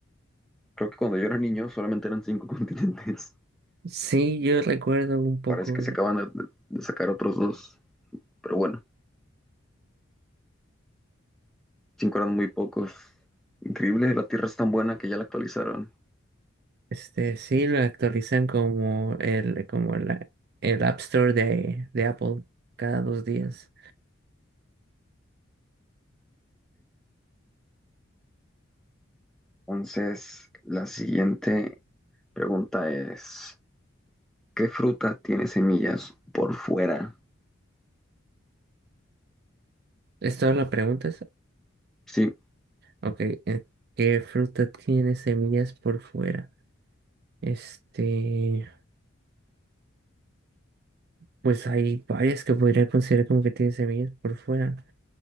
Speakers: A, in the centre; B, on the right.
A: creo que cuando yo era niño solamente eran cinco <laughs> continentes.
B: Sí, yo recuerdo un poco,
A: Parece que se acaban de, de sacar otros dos, pero bueno, cinco eran muy pocos. Increíble, la Tierra es tan buena que ya la actualizaron.
B: este, sí, lo actualizan como el, como la, el App Store de, de Apple cada dos días.
A: Entonces, la siguiente pregunta es, ¿qué fruta tiene semillas por fuera?
B: ¿Es toda la pregunta? esa?
A: Sí,
B: Ok, eh, ¿qué fruta tiene semillas por fuera? Este, pues hay varias que podría considerar como que tienen semillas por fuera,